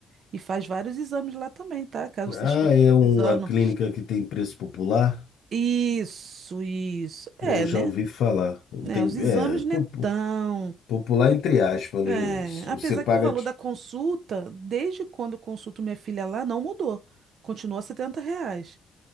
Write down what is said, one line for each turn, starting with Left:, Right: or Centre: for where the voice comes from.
Right: e faz vários exames lá também, tá? Caso você
Left: Ah,
Right: esteja
Left: é
Right: precisando.
Left: uma clínica que tem preço popular?
Right: Isso, isso. É,
Left: Eu já
Right: né?
Left: ouvi falar.
Right: né,
Left: Tem,
Right: os exames
Left: é, popu-
Right: não é tão.
Left: popular entre aspas.
Right: É,
Left: eles-
Right: apesar
Left: Você paga
Right: que o valor
Left: t-
Right: da consulta, desde quando eu consulto minha filha lá, não mudou. Continua 70 reais.